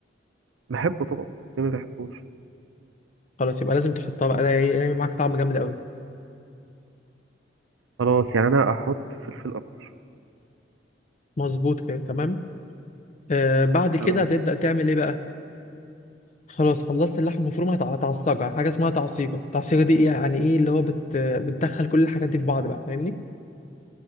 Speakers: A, on the right (about 85°); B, on the left (about 40°).
A: بحبه طبعا ليه ما بحبوش
B: خلاص يبقى لازم تحطها بقى ده هيعمل معاك طعم جامد قوي
A: خلاص يعني أنا أحط فلفل أخضر
B: مظبوط كده تمام آه بعد كده
A: تمام
B: هتبدأ تعمل ايه بقى خلاص خلصت اللحمة المفرومة هتع- هتعصجها حاجة اسمها تعصيجة التعصيجة دي إيه؟ يعني ايه اللي هو بت... بتدخل كل الحاجات دي في بعض بقى فاهمني